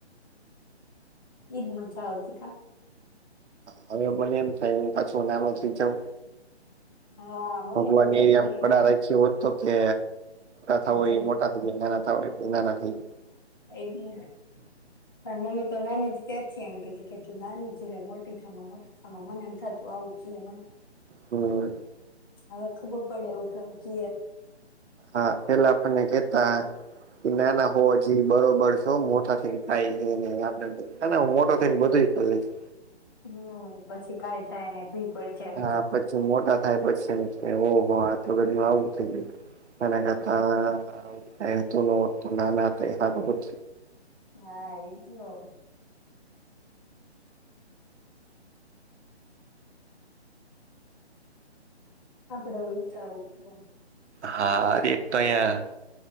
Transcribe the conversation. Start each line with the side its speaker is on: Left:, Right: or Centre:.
Left: ઈજ મજા આવતી કા.
Right: હા હવે મને એમ થાય હું પાછું નાનો જઉં.
Left: હા. મને
Right: ભગવાન
Left: એવું થાય
Right: એ
Left: ઘણી
Right: આમ પડા
Left: વાર
Right: રાખ્યો હો તો કે. થા હોય
Left: જેમ
Right: એ મોટા થઈ જાય નાના થ હોય નાના થઈ.
Left: એટલી પણ મમ્મી તો નાની ત્યારથી એમ કતી કે તું નાની રે મોટીમાં મો આમ મને એમ થતુ આવુ જ એમને.
Right: હમ.
Left: હવે ખબર પડે એવું કેમ કે.
Right: હા પેલા આપણને કેતા. કે નાના હોવવા જ બરોબર છે મોટા થઈ થાય છે આપ. એ હું મોટો થઈને બધું જોઈ લઈશ.
Left: હમ પછી કાય થાય ને ભી. પડી જાય બધી
Right: હા પછી મોટા થાય પછી એમ થીયુ ઓ હો આ તો કેટલુ આવું થય ગયું. મને હતા એતો નતું ના ના આ ત <inaudible> હબત
Left: હા એજ ને. આપડે વિચારું પણે.
Right: હારે એક તો અહંયા.